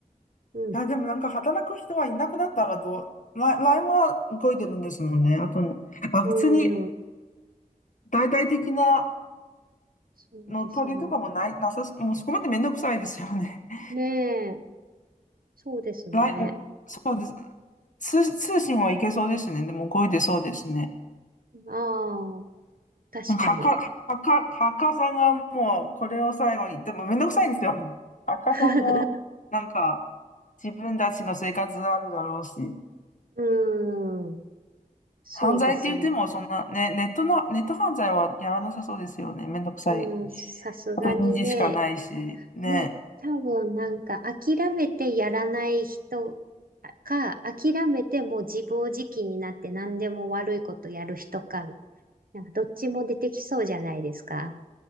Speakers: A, on the right (about 80°); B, on the left (about 60°).
A: うん、
B: いや、でもなんか働く人はいなくなったらと、ライ、LINE は動いてるんですもんね。あと、あ、
A: う
B: 別に
A: ん。
B: 大々的な
A: そうですね。
B: の取りとかもない、なさす、もうそこまでめんどくさいですよね。<laughs>
A: ねえ。そうですね。
B: l そうです。通、通信はいけそうですね。でも動いてそうですね。
A: ああ、確かに。
B: なんか、はか、はか、はかさんがもうこれを最後に、でもめんどくさいですよね。はかさんも、
A: <laughs>
B: なんか、自分たちの生活あるだろうし。
A: うん。そうですよね。
B: 犯罪って言っても、そんな、ね、ネットの、ネット犯罪はやらなさそうですよね。めんどくさい。
A: うん。さすがにね。
B: アプリにしかないし、ね。
A: もう多分なんか諦めてやらない人か、諦めてもう自暴自棄になって何でも悪いことやる人か、なんかどっちも出てきそうじゃないですか。